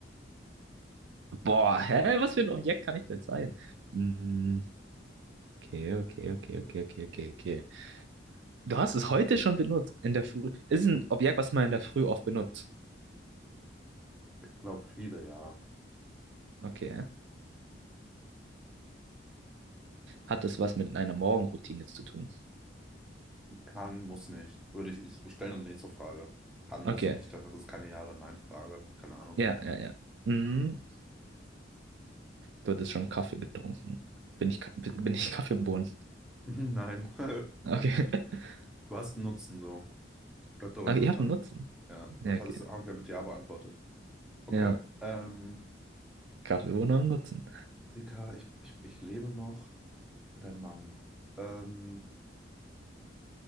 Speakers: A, on the right; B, in the centre.
A: Boah, hä? Was für ein Objekt kann ich denn sein? Hm, okay, okay, okay, okay, okay, okay, okay. Du hast es heute schon benutzt. In der Früh. Ist ein Objekt, was man in der Früh oft benutzt.
B: Ich glaube, viele, ja.
A: Okay. Hat das was mit einer Morgenroutine zu tun?
B: Kann, muss nicht. Würde ich, ich stelle eine nächste Frage. Kann, muss
A: Okay.
B: nicht. Das ist keine Ja- oder Nein-Frage. Keine Ahnung.
A: Ja, ja, ja. Hm, du hattest schon Kaffee getrunken. Bin ich, Ka- bin ich Kaffeebohnen?
B: <laughs> Nein. <laughs>
A: Okay. <laughs>
B: Du hast einen Nutzen, so. Bleib da ruhig
A: Okay,
B: mal
A: ich
B: dran.
A: habe einen Nutzen.
B: Ja, das
A: Ja, okay.
B: hattest du auch ja mit Ja beantwortet. Okay.
A: Ja.
B: Ähm,
A: Kaffeebohnen haben einen Nutzen.
B: Musiker, ich, ich, ich lebe noch mit einem Mann. Ähm.